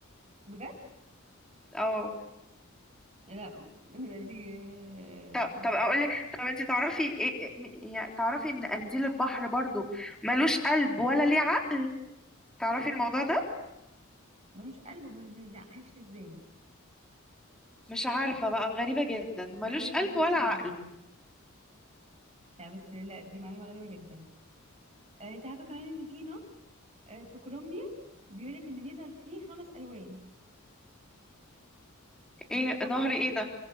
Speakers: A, on the right; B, in the centre.
A: بجد
B: اه
A: لا <laughs> لا دي آه،
B: طب طب اقول لك طب انت تعرفي ايه إيه- م- يعني تعرفي ان قنديل البحر برضو ملوش قلب ولا ليه عقل تعرفي الموضوع ده
A: ملوش قلب امال بيزعقش ازاي
B: مش عارفة بقى غريبة جدا ملوش
A: غريبه
B: قلب
A: جدا
B: ولا
A: فعلا
B: عقل
A: لا بس لا دي معلومه غريبه جدا آه، انت عارفه كمان ان في نهر آه، في كولومبيا بيقولك ان بيظهر فيه خمس الوان بيتحو...
B: ايه نهر
A: بي...
B: ايه ده